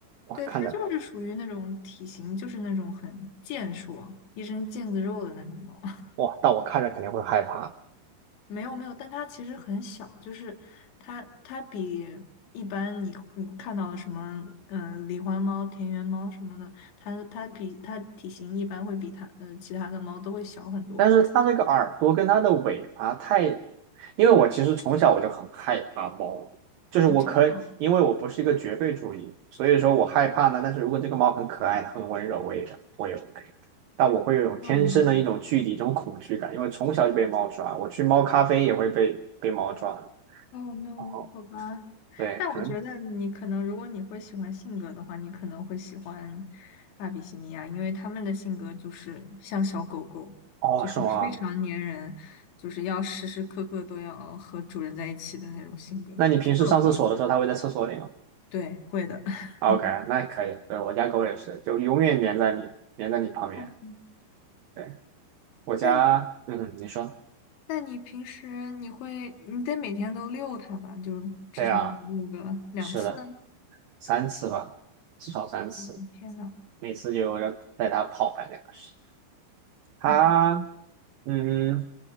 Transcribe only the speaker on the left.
对，
他就是属于那种体型就是那种很健硕，一身腱子肉的那种猫。
没有没有，但它其实很小，就是它它比一般你你看到的什么嗯狸花猫、田园猫什么的，它它比它体型一般会比它呃其他的猫都会小很多
啊，真的
啊，
哦 no，
好吧。
但我觉得你可能，
如果你会喜欢性格的话，你可能会喜欢阿比西尼亚，因为他们的性格就是像小狗狗，
就是非常粘人，
就是要时时刻刻都要和主人在一起的那种性格。
特别
对，会的。<laughs>
嗯，
那你，
那你平时你会，你得每天都遛它吧？就至少遛个两次。
嗯天呐，
哎呀，